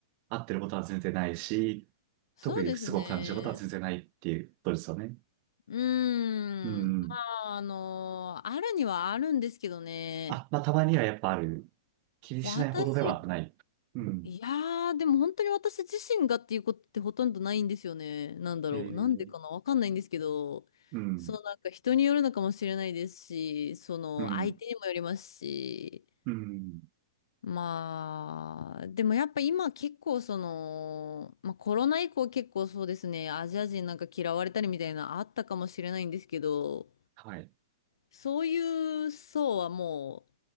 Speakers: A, on the right; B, on the left.
A: 会ってることは全然ないし、
B: そうですね。
A: 特に不都合を感じることは全然ないっていうことですよね。
B: うーん。
A: うん。
B: まあ、あのあるにはあるんですけどね。
A: あ、まあ、たまにはやっぱある。気にしないほどではない。
B: 私、
A: うん。
B: いやー、でも本当に私自身がっていうことってほとんどないんですよね。なんだろう。
A: えー、
B: なんでかなわかんないんですけど、
A: うん。
B: そのなんか人によるのかもしれないですし、その相手にもよりますし、
A: うん。うん。
B: まあ、でもやっぱ今結構その、まあコロナ以降結構そうですね、アジア人なんか嫌われたりみたいなのあったかもしれないんですけど、
A: はい。
B: そういう層はもう